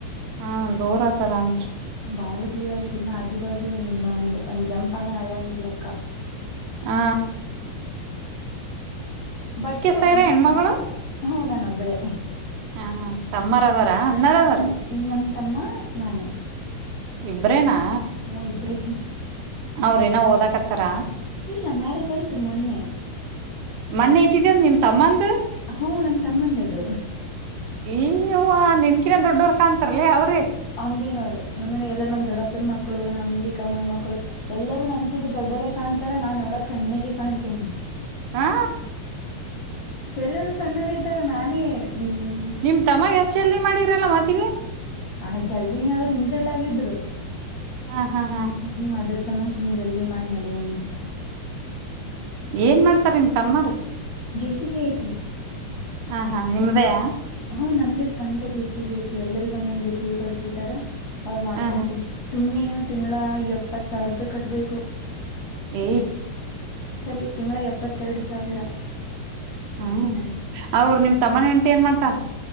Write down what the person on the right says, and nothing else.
ಹಾ ದೂರ ಆಗ್ತದ ಅಂರಿ
ಹ್ಮ
ಸೈರ ಹೆಣ್ಮಗಳು
ಹಾ ತಮ್ಮಾರ್ ಅದಾರ ಅಣ್ಣಾರ ಅದಾರ
ಇಬ್ರೇನಾ
ಅವ್ರ ನ ಓದಕತ್ತಾರ
ಮಣ್ಣೆ ಇಟ್ಟಿದ್ಯ ನಿಮ್ ತಮ್ಮಂದ
ಈ ಅವ ನಿನ್ಕಿನ ದೊಡ್ಡವರ್ ಕಾಣಂತಾರಲ ಅವ್ರೇ
ಹಾ
ನಿಮ್ ತಮ್ಮಗೆ ಎಷ್ಟ ಜಲ್ದಿ ಮಾಡಿರಲ್ಲ ಮತವಿ
ಹ ಹಾ ಹಾ
ಏನ್ ಮಾಡ್ತಾರ ನಿಮ ತಮ್ಮರ
ಹಾ ಹಾ ನಿಮ್ದಯ
ಹಾ
ಏ
ಹ್ಮ್ ಅವರು ನಿಮ್ ತಮ್ಮನ ಹೆಂಡತಿ ಏನ್ ಮಾಡಾ್ತಾ